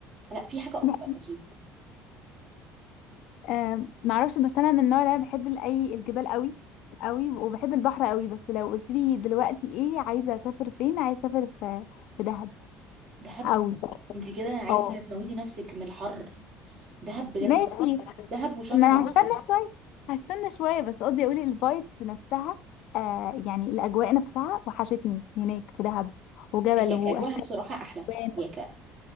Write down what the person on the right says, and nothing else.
لا في حاجه اكتر
اكيد
دهب
انت كده عايزه
تموتي نفسك من الحر دهب بجد
دهب وشرم
مش
ده
هي
كاجواها بصراحه احلى
هي